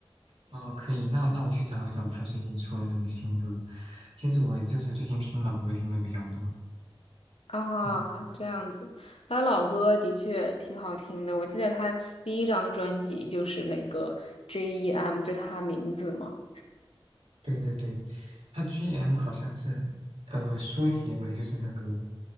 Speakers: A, on the right; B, on the left.
A: 哦，可以，那那我去找一找他最近出了什么新歌。其实我就是最近听老歌听的比较多，
B: 啊，
A: 嗯，
B: 这样子，他老歌的确挺好听的。我记得他第一张专辑就是那个 J.E.M，就是他名字嘛。
A: 对对对，他 GM 好像是呃缩写吧，就是那个。